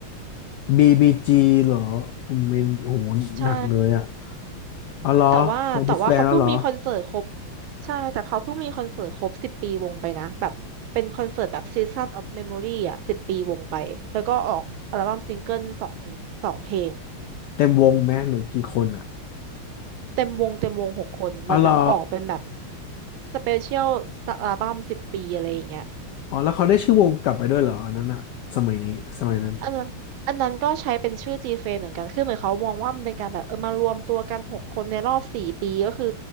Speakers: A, on the left; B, on the right.
A: BBG เหรอผมเมนโอ้โหหนักเลยอ่ะ
B: ใช่
A: อ๋อเหรอเขาดิสแบนแล้วเหรอ
B: แต่ว่าแต่ว่าเขาเพิ่งมีคอนเสิร์ตครบใช่แต่เขาเพิ่งมีคอนเสิร์ตครบสิบปีวงไปนะแบบเป็นคอนเสิร์ตแบบ Season of Memory อ่ะสิบปีวงไปแล้วก็ออกอัลบั้มซิงเกิลสองซิงสองเพลง
A: เต็มวงไหมหรือกี่คนอ่ะ
B: เต็มวงเต็มวงหกคนเหมันแบบออกเป็นแบบ
A: อ๋อเหรอ
B: สเปเชียลอัลบั้มสิบปีอะไรอย่างเงี้ย
A: อ๋อแล้วเขาได้ชื่อวงกลับไปด้วยเหรออันนั้นอ่ะ สมัยนี้ สมัยนั้น
B: อันนั้นอันนั้นก็ใช้เป็นชื่อ g f r m e เหมือนกัน คือเหมือนเขามองว่ามันเป็นการแบบเออมารวมตัวกันหกคนในรอบสี่ปีก็คือ